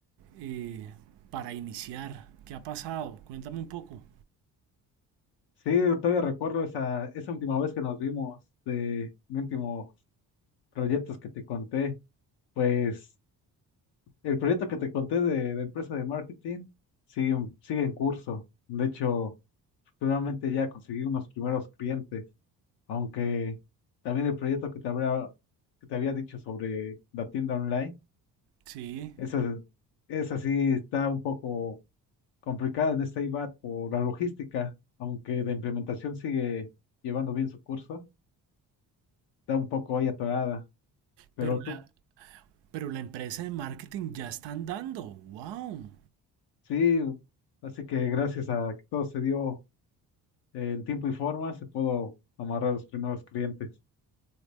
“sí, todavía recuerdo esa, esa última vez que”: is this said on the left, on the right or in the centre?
Left